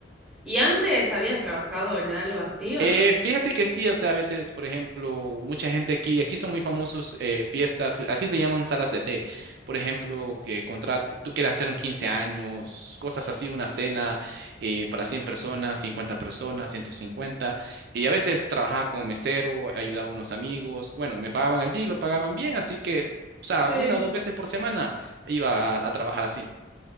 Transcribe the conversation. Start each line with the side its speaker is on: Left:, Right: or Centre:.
Centre: ¿Y antes habías trabajado en algo así o
Right: Eh,
Centre: no?
Right: fíjate que sí, o sea, a veces, por ejemplo, mucha gente aquí, aquí son muy famosos eh, fiestas, aquí le llaman salas de té, por ejemplo, que contrat tú quieres hacer un 15 años, cosas así, una cena eh, para 100 personas, 50 personas, 150, y a veces trabajaba como mesero, ayudaba a unos amigos, bueno, me pagaban el día y lo pagaban bien, así que, o sea,
Centre: Sí.
Right: una o dos veces por semana iba a a trabajar así.